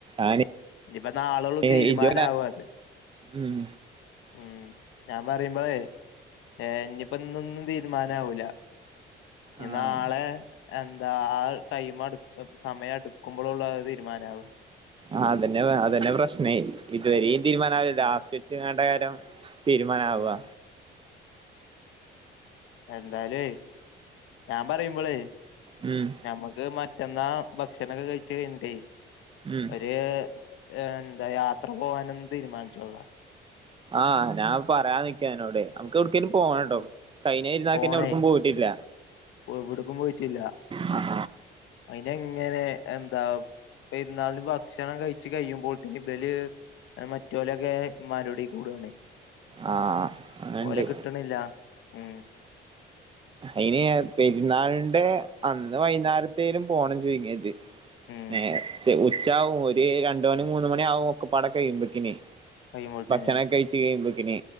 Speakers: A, on the right (about 25°); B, on the left (about 85°).
A: ആന്
B: ഇനിയിപ്പ നാളോള്ളൂ
A: <unintelligible>
B: തീരുമാനാവും അത്
A: ഉം
B: ഉം ഞാൻ പറയുമ്പോഴേ ഏഹ് ഇഞ്ഞിപ്പോ ഇന്നൊന്നും തീരുമാനം ആവൂലാ ഞ്ഞ്
A: ആഹ്
B: നാളെ എന്താ ആ ടൈം അടുക് <unintelligible> സമയടുക്കുമ്പോളൊള്ളു അത് തീരുമാനാവാ
A: ആഹ് അതന്നെ അതന്നെ പ്രശ്നേ ഇതുവരേം തീരുമാനാ ലാസ്റ്റ്
B: ഉം
A: ച്ച്ങ്ങാണ്ടേകാരം തീരുമാനാവാ
B: ഉം എന്താലൊയ് ഞാൻ പറയുമ്പളേ
A: ഉം
B: ഞമ്മക്ക് മറ്റന്നാ ഭക്ഷണൊക്കെ കഴിച്ചഴിഞ്ഞിട്ടേ
A: ഉം
B: ഒരു എന്താ യാത്ര പോകാനന്ന് തീരുമാനിച്ചോ
A: ആഹ് ഞാൻ പറയാനിക്കേനന്നോട് നമക്കെവിടക്കേലും പോണംട്ടോ
B: ഉം.
A: കൈഞ്ഞേരുന്നാക്കെന്നെ
B: പോണേ
A: എവ്ടുക്കും പോയിട്ടില്ല
B: എവിടക്കും പോയിട്ടില്ലാ
A: ആ
B: അയിനെങ്ങനെ എന്താ പെര്ന്നാളിന് ഭക്ഷണം കഴിച്ച് കയ്യുമ്പോഴത്തിന് ബല് മറ്റോലൊക്കെ മ്മാൻ്റുടീക്ക് കൂടാണേ
A: ആഹ് അണ്ട്
B: ഓലെ കിട്ടണില്ല ഉം
A: അയിന് പെരുന്നാളിന്റെ അന്ന് വൈന്നേരത്തേലും പോണം ചുരുങ്ങിത്
B: ഉം
A: ഏഹ് ച്ച് ഉച്ചാവും ഒര് രണ്ട്മണി മൂന്ന്മണ്യാവും ഒക്കപ്പാടെ കയ്യ്മ്പേക്കിനെ
B: കഴിയുമ്പോഴത്തിന്
A: ഭക്ഷണൊക്കെ കയിച്ച്ക്കയ്യുമ്പൊക്കിനെ